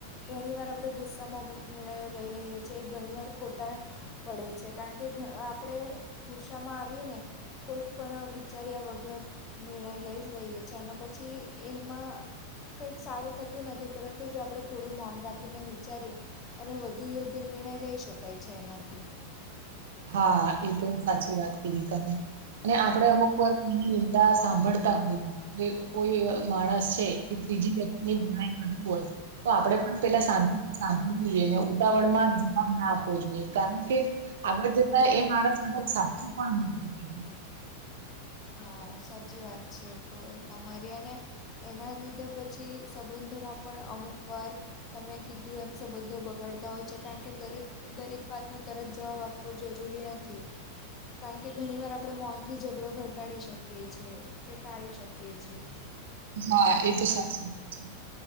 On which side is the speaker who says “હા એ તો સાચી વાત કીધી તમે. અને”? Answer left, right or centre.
Right